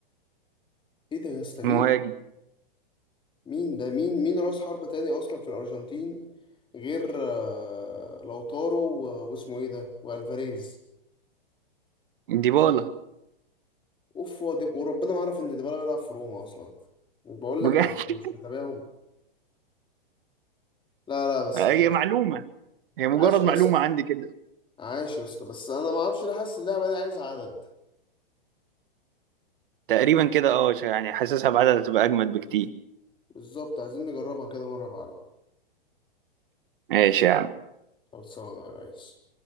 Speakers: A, on the left; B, on the right.
A: إيه ده يا اسطى مين
B: مهاجم
A: مين ده مين مين رأس حربة تاني أصلا في الأرجنتين غير آه، لوتارو و- واسمه إيه ده وألفاريز
B: ديبالا
A: أوف هو دي- وربنا ما أعرف إن ديبالا بيلعب في روما أصلا مش بقول
B: بجد
A: لك أنا مش متابعهم لا لا بس
B: آه،
A: عاش
B: هي معلومة هي مجرد
A: عاش
B: معلومة
A: بس
B: عندي كده
A: عاش يا اسطى بس أنا ما أعرفش ليه حاسس اللعبة دي عايز عدد
B: تقريبا كده اه ش- يعني حاسسها بعدها تبقى اجمد بكتير
A: بالظبط عايزين نجربها كده مرة بعدد
B: ماشي يا عم
A: خلصانة يا ريس